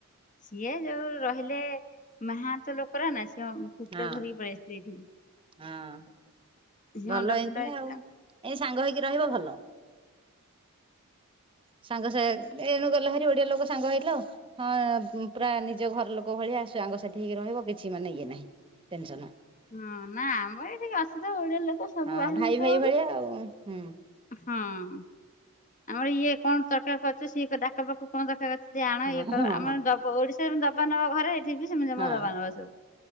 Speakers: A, on the left (about 35°); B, on the right (about 25°).
A: ସିଏ ଯୋଉ ରହିଲେ ମାହାନ୍ତ ଲୋକର ନା ସେ କୁକଡ଼ା
B: ହଁ
A: ଧରି ପଳେଆସିଲେ ଏଠିକି।
B: ହଁ
A: ସେ
B: ଭଲ
A: ଅଣ୍ଡା
B: ହେଇତି
A: ଫଣ୍ଡା ହେଇଥିଲା।
B: ନା ଆଉ ଏଇ ସାଙ୍ଗ ହେଇକି ରହିବ ଭଲ। ସାଙ୍ଗ ସା ଏଣୁ ଗଲେ ଭାର ଓଡିଆ ଲୋକ ସାଙ୍ଗ ହେଇଲ ହଁ ପୁରା ନିଜ ଘର ଲୋକ ଙ୍କ ଭଳିଆ ସାଙ୍ଗସାଥି ହେଇକି ରହିବ କିଛି ମାନେ ଇଏ ନାହିଁ ଟେନସନ୍
A: ହୁଁ ନା ଆମେ ଏଠି କାହା ସହିତ ଓଡିଆ ଲୋକ ସବୁ
B: ହଁ
A: ବାହାରିବୁ
B: ଭାଇ
A: ତ
B: ଭାଇ
A: ଘରୁ।
B: ଭଳିଆ ଆଉ ହୁଁ।
A: ହଁ ଆମର ଇଏ କଣ <inaudible> ସିଏ ଡାକ ପାଖକୁ କଣ କଖା କଛି ଯେ ଆଣ
B: ହଁ
A: ଇଏ କର
B: ହଁ
A: ଆମର
B: ହଁ
A: ଦବା ଓଡିଶାରେ ଦବା ନବା ଘରେ ଥି ସେମିତି
B: ହଁ
A: ମୋ ଦବ ନବା ସବୁ